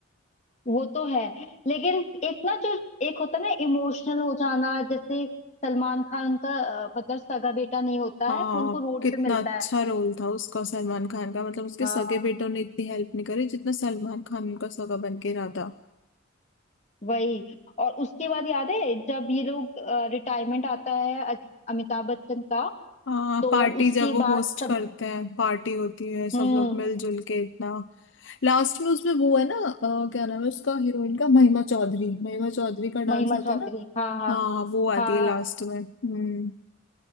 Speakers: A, on the left (about 35°); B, on the left (about 65°).
A: वो तो है लेकिन एक ना जो एक होता है ना इमोशनल हो जाना जैसे सलमान खान उनका अ, मतलब सगा बेटा नहीं होता
B: हाँ
A: है वो उनको रोड
B: कितना
A: पे मिलता
B: अच्छा
A: है
B: रोल था उसका सलमान खान का मतलब उसके
A: हाँ
B: सगे बेटों ने इतनी हेल्प नहीं करी जितना सलमान खान उनका सगा बन के रहा था
A: वही और उसके बाद याद है जब ये लोग रिटायरमेंट आता है अ- अमिताभ बच्चन का
B: हाँ
A: तो
B: पार्टी
A: उसके
B: जब वो
A: बाद
B: होस्ट
A: सब
B: करते हैं पार्टी होती है सब
A: हम्म
B: लोग मिलजुल के इतना लास्ट में उसमें वो है ना अ, क्या नाम है उसका हीरोइन का महिमा चौधरी महिमा चौधरी का
A: महिमा
B: डांस आता
A: चौधरी
B: है ना
A: हाँ हाँ
B: हाँ वो आती
A: हाँ
B: है लास्ट में हम्म